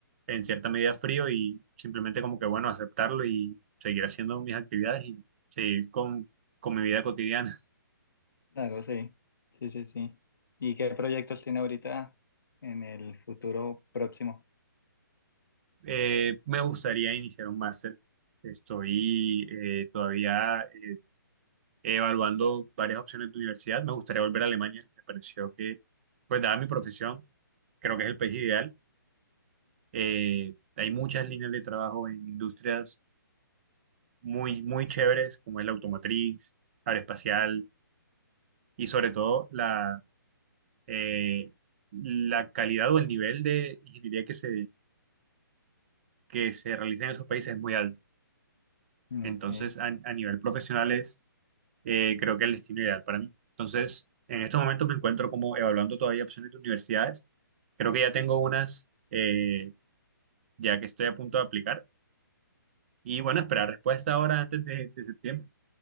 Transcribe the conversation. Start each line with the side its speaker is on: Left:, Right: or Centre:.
Right: en cierta medida frío y simplemente como que, bueno, aceptarlo y seguir haciendo mis actividades y seguir con, con mi vida cotidiana.
Left: Claro, sí, sí, sí, sí. ¿Y qué proyectos tiene ahorita en el futuro próximo?
Right: Eh, me gustaría iniciar un máster. Estoy eh, todavía eh, evaluando varias opciones de universidad. Me gustaría volver a Alemania. Me pareció que, pues, dada mi profesión, creo que es el país ideal. Eh, hay muchas líneas de trabajo en industrias muy, muy chéveres, como es la automotriz, aeroespacial y sobre todo la, eh, la calidad o el nivel de ingeniería que se, que se realiza en esos países es muy alto.
Left: Ok,
Right: Entonces, a, a nivel profesional es, eh, creo que el destino ideal para mí. Entonces, en estos momentos me encuentro como evaluando todavía opciones de universidades. Creo que ya tengo unas, eh, ya que estoy a punto de aplicar. Y bueno, esperar respuesta ahora antes de, de septiembre,